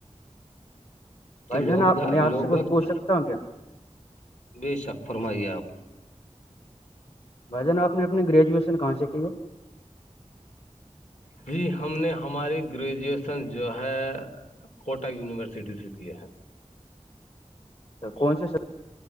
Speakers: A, on the left; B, on the left.
A: بھائی
B: لوگ
A: جان آپ
B: دا
A: میں آپ
B: لوگ
A: سے
B: باگ
A: کچھ پوچھ
B: چ
A: سکتا ہوں کیا
B: بے شک فرمائیے آپ
A: بھائی جان آپ نے اپنی گریجویشن کہاں سے کی ہے
B: جی ہم نے ہماری گریجویشن جو ہے کوٹہ یونیورسٹی سے کی ہے
A: کون سے س